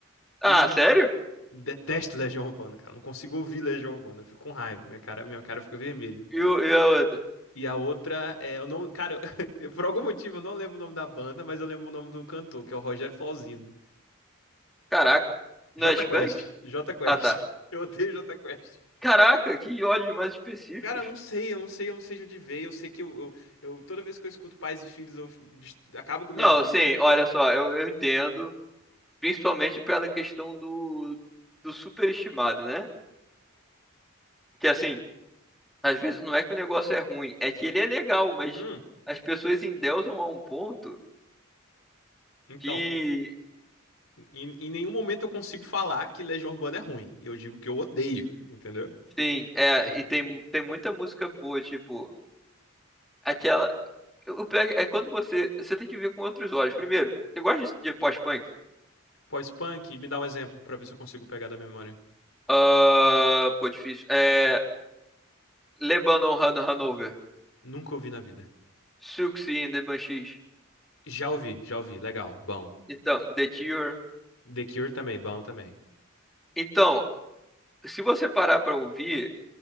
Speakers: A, in the centre; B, on the left (about 70°).
A: Ah,
B: e
A: sério?
B: detesto Legião Urbana, cara, eu não consigo ouvir Legião Urbana, eu fico com raiva, minha cara, minha cara fica vermelha.
A: E, o- e a outra?
B: E a outra é, eu não, cara, <laughs> eu- por algum motivo eu não lembro o nome da banda, mas eu lembro o nome do cantor, que é o Rogério Flauzino.
A: Caraca. Não
B: JQuest.
A: é Skank?
B: JQuest.
A: Ah, tá.
B: <laughs> Eu odeio JQuest.
A: Caraca, que ódios mais específicos.
B: Cara, eu não sei, eu não sei, eu não sei de onde veio. Eu sei que eu, eu, eu- toda vez que eu escuto pais e filhos, eu f- des- acabo com o meu
A: Não,
B: dia.
A: sim, olha só, eu, eu entendo. Principalmente pela questão do, do superestimado, né? Que assim, às vezes não é que o negócio é ruim, é que ele é legal, mas
B: Hum,
A: as pessoas endeusam a um ponto
B: então,
A: que,
B: em, em- em nenhum momento eu consigo falar que Legião Urbana é ruim. Eu digo que eu odeio, entendeu?
A: sim,
B: <laughs>
A: é,
B: Porque-
A: e tem, tem muita música boa, tipo, aquela. O pior é quando você. Você tem que ver com outros olhos. Primeiro, você gosta de, de pós-punk?
B: Pós-punk, me dá um exemplo pra ver se eu consigo pegar da memória.
A: Ah, pô, difícil. É. Lebanon Han Hanover.
B: Nunca ouvi na vida.
A: Siouxsie and the Banshees.
B: Já ouvi, já ouvi, legal, bom.
A: Então, The Cure.
B: The Cure também, bom também.
A: Então, se você parar pra ouvir,